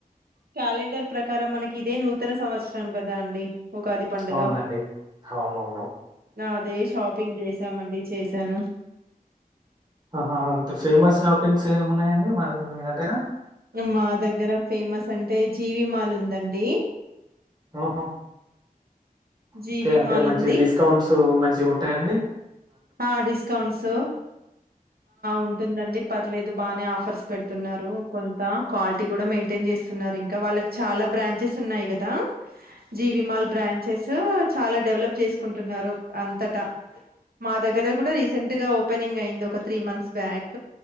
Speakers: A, on the right; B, on the right.
A: క్యాలెండర్ ప్రకారం మనకి ఇదే నూతన సంవత్సరం రం గదా అండి ఉగాది పండుగ.
B: అవునండి అవునవును
A: నా అదే షాపింగ్ చేసామండి చేసాను
B: ఆహా అంత ఫేమస్ షాపింగ్స్ ఏమిన్నాయండి మీ దగ్గర
A: మా దగ్గర ఫేమస్ అంటే జీవి మాల్ ఉందండి
B: ఆహా
A: జీవి
B: ఓకే అంటే
A: మాల్
B: మంచి
A: ఉంది.
B: డిస్కౌంట్స్ మంచి గ్ ఉం టాయా అండి
A: ఆ డిస్కౌంట్స్ ఉంటుందండి పర్లేదు బానే ఆఫర్స్ పెడుతున్నారు కొన్ తా క్వాలిటీ కూడా మెయింటైన్ చేస్తున్నారు ఇంకా వాళ్ళకి చాలా బ్రాంచెస్ ఉన్నాయి కదా జివిమాల్ బ్రాంచెస్ హు చాలా డెవలప్ చేసుకుంటున్నారు అంతటా మా దగ్గర కూడా రీసెంట్ గా ఓపెనింగ్ అయింది ఒకత్ త్రీ మంత్స్ బ్యాక్